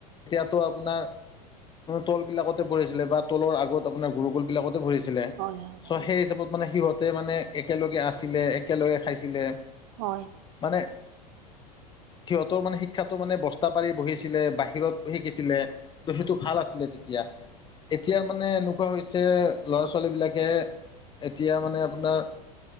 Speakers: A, on the left (about 20°); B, on the right (about 60°).
A: এতিয়াতো আপোনাৰ তল বিলাকতে পঢ়িছিলে বা তলৰ আগত আপোনাৰ গুৰুকোল বিলাকতে পঢ়িছিলে চ
B: হয় হয় হয়
A: সেই হিচাপত মানে সিহঁতে মানে একেলগে আছিলে, একেলগে খাইছিলে,
B: হয়।
A: মানে সিহঁতৰ মানে শিক্ষাটো মানে বস্তা পাৰি বহিছিলে, বাহিৰত শিকিছিলে, ত
B: হয়
A: সেইটো
B: হয়
A: ভাল আছিলে তেতিয়া, এতিয়াৰ মানে
B: হয়
A: এনেকুৱা হৈ হৈছে ছে ল'ৰা -ছোৱালী বিলাকে এতিয়ামানে আপোনাৰ